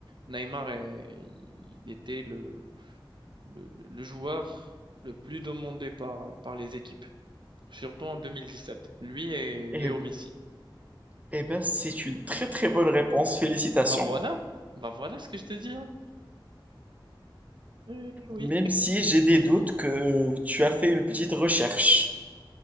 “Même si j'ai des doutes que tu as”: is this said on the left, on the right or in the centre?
Right